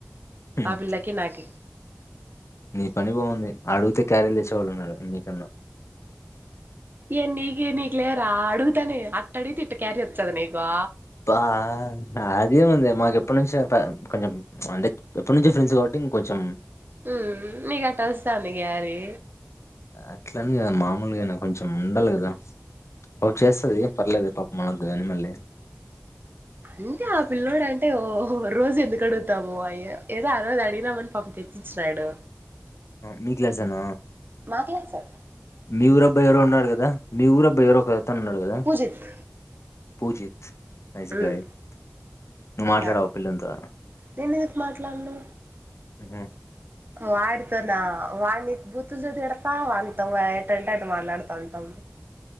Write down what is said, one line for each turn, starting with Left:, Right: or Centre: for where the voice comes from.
Left: ఉమ్,
Right: ఆ పిల్లకి నాకి
Left: నీ పని బాగుంది అడుగుతే క్యారీలు తెచ్చేవాళ్ళు ఉన్నారు నీ కన్నా
Right: ఏం నీకే నీకు లేరా అడుగుతానే అట్ట అడిగితె ఇట్టా క్యారి వత్తది నీకూ
Left: బా నాదేముంది మాకు ఎప్పటి నుంచో కొంచెం అంటే ఎప్పటి నుంచో ఫ్రెండ్స్ కాబట్టి ఇంక కొంచెం
Right: మ్ నీకట్ట వస్తాంది క్యారీ
Left: అట్లా అని కాదు మామూలుగా అయినా కొంచెం ఉండాలి కదా పా చేస్తది పర్లేదు పాపం మన ని మళ్ళీ
Right: అంటే ఆ పిల్లోడు అంటే ఓహ్ రోజు ఎందుకు అడుగుతాము అయ ఏదో ఆ రోజు అడిగినామని పాపం తెచ్చిచ్చినాడు
Left: మీ క్లాస్ యేన
Right: <unintelligible> సార్
Left: మీ ఊరుబ్బాయి ఎవరో ఉన్నారు కదా మీ ఊరుబ్బాయి ఎవరో కద త్తన్నాడు కదా
Right: పూజిత్
Left: పూజిత్ నైస్
Right: ఉమ్
Left: గాయ్ నువ్వు మాట్లాడవ
Right: యా
Left: పిల్లోనితో
Right: నేనెందుకు మాట్లాడను
Left: హ్
Right: వాడితోనా వాడిని బుతులు తిడతా వానితోయే ఎట్టంటే అటు మాట్లాడతా ఉంటాం